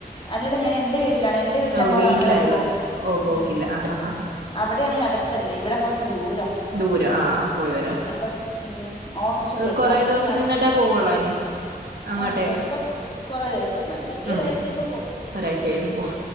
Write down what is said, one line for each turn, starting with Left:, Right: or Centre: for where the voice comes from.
Left: അല്ലടാ ഞാൻ എൻ്റെ വീട്ടിലാണ് എൻ്റെ വീട്ടിലാമോൾ
Right: ഓ വീട്ടിലായതുകൊണ്ട്
Left: അംഗനവാടി പോക്ക്
Right: ഓ പോക്കില്ല
Left: ഉം
Right: ആ ആ ആ ആ
Left: അവിടെയാണീ അടുത്തുണ്ട് ഇവിടെ കൊറച്ച് ദൂരാ.
Right: ദൂരം ആ പോയി വരാൻ
Left: അപ്പൊ ഉം ഓട്ടോറിക്ഷക്കെ വിളിച്ച
Right: കൊറേ
Left: അത് പിന്നെ
Right: ദിവസം
Left: നട
Right: നിന്നിട്ടേ പോവുള്ളോ ഇനി അങ്ങോട്ടേക്ക്
Left: ആഹ് ചെലപ്പോ കൊറേ ദിവസം അല്ലെങ്കിൽ
Right: ഉം
Left: ഒരാഴ്ച കഴിയുമ്പോ
Right: ഒരാഴ്ച കഴിയുമ്പൊ പോവും.